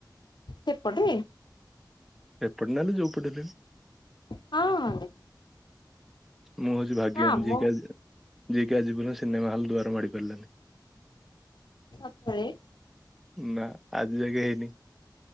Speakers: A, on the left (about 75°); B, in the centre.
A: ସେପଟେ।
B: ଏପଟେ ନ ହେଲେ ଯୋଉ ପଟେ ହେଲେ ବି
A: ହଁ।
B: ମୁଁ ହଉଚି ଭାଗ୍ୟବାନ
A: ଆମ
B: ଯିଏକି ଆଜି ଯିଏକି ଆଜି ପର୍ଯ୍ୟନ୍ତ ସିନେମା ହଲ୍ ଦ୍ୱାର ମାଡି ପାରିଲାନି।
A: ସତରେ।
B: ନା ଆଜି ଜାକେ ହେଇନି।